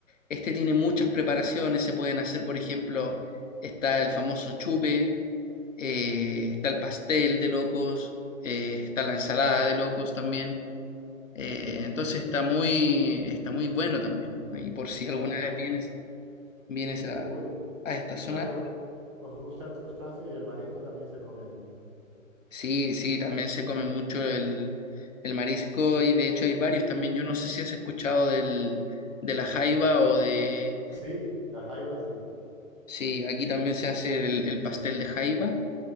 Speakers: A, on the left (about 65°); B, on the right (about 20°).
A: este tiene muchas preparaciones, se pueden hacer, por ejemplo, está el famoso chupe, eh, está el pastel de locos, eh, está la ensalada de locos también. Eh, entonces está muy, está muy bueno también. ¿no? Y por si alguna
B: Ah, o sea,
A: vez vienes, vienes
B: sí,
A: a,
B: seguro.
A: a esta zona,
B: O sea que o- os gusta el crustáceo y el marisco también se come allí, ¿no?
A: sí, sí, también se come mucho el, el marisco y de hecho hay varios también. Yo no sé si has escuchado del, de la jaiba o de...
B: Sí, la jaiba sí.
A: Sí, aquí también se hace el, el pastel de jaiba,